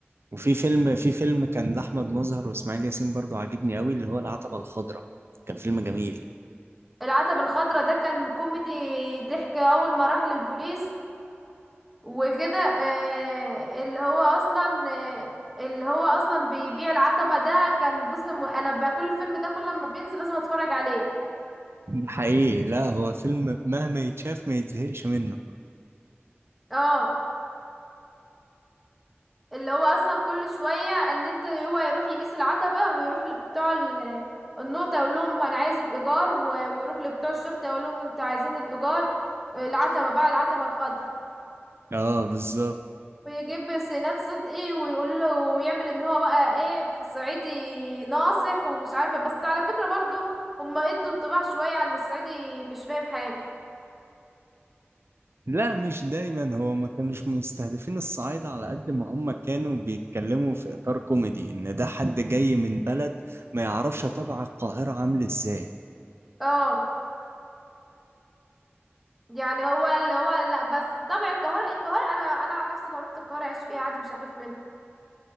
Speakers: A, on the right; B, in the centre.
A: وفي فيلم في فيلم كان لأحمد مظهر وإسماعيل ياسين برضه عاجبني قوي اللي هو العتبة الخضراء كان فيلم جميل
B: العتبة الخضراء ده كان كوميدي ضحك اول ما راح للبوليس وكده آه اللي هو اصلا آه اللي هو اصلا بيبيع العتبة ده كان بص م- انا بقى كل الفيلم ده كل لما بينزل لازم اتفرج عليه
A: حقيقي لا هو فيلم مهما يتشاف ما يتزهقش منه
B: اه اللي هو اصلا كل شويه ان انت هو يروح يقيس العتبه ويروح لبتوع ال- النقطه يقول لهم انا عايز الايجار و- ويروح لبتوع الشرطه يقول لهم انتوا عايزين الايجار العتبه بقى العتبه الخضراء
A: اه بالظبط
B: ويجيب سناد صدقي ويقول له ويعمل ان هو بقى ايه في الصعيدي ناصح ومش عارفه بس على فكره برضو هما ادوا انطباع شويه عن الصعيدي مش فاهم حاجه
A: لا مش دايما هو ما كانوش مستهدفين الصعايدة على قد ما هم كانوا بيتكلموا في إطار كوميدي إن ده حد جاي من بلد ما يعرفش طبع القاهرة عامل إزاي
B: اه يعني هو اللي هو لا بس طبع القاهره القاهره انا انا عن نفسي لو رحت القاهره اعيش فيها عادي مش هخاف منها